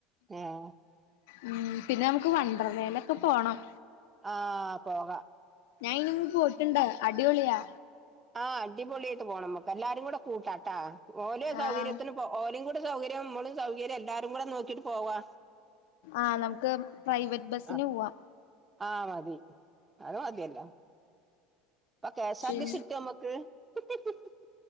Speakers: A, on the right (about 15°); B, on the left (about 85°).
A: ആഹ്
B: ഉം പിന്നെ നമക്ക് വണ്ട്രലേലൊക്കെ പോണം
A: ആഹ് പോകാ
B: ഞാൻ ഇയിന് മുമ്പ് പോയിട്ട്ണ്ട് അടിപൊളിയാ
A: ആഹ് അടിപൊളിയായിട്ട് പോണം മക്ക് എല്ലാരുകൂടെ കൂട്ടാട്ടാ ഓലെ
B: ആഹ്
A: സൗകര്യത്തിലും ഓലിം കൂടി സൗകര്യം മ്മളും സൗകര്യം എല്ലാരുകൂടെ നോക്കിട്ട് പോവാ
B: ആഹ് നമക്ക് പ്രൈവറ്റ് ബസിന്
A: ആഹ്
B: പോവാ
A: ആഹ് മതി അത് മതിയല്ലോ ഇപ്പോ കെ സാർ ടി
B: ആഹ്
A: സി കിട്ടോമ്മക്ക് <unintelligible>